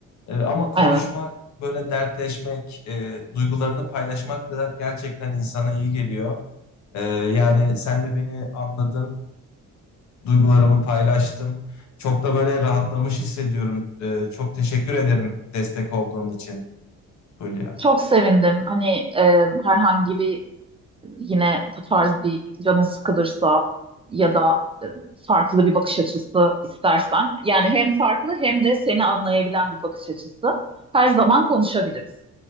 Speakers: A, on the left (about 65°); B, on the right (about 20°).
A: Ee, ama konuşmak,
B: Evet.
A: böyle dertleşmek, e, duygularını paylaşmak da gerçekten insana iyi geliyor. Ee, yani sen de beni anladın, duygularımı paylaştım. Çok da böyle rahatlamış hissediyorum. Ee, çok teşekkür ederim destek olduğun için Hülya.
B: Çok sevindim. Hani e, herhangi bir yine bu tarz bir canın sıkılırsa ya da e, farklı bir bakış açısı istersen. Yani hem farklı hem de seni anlayabilen bir bakış açısı. Her zaman konuşabiliriz.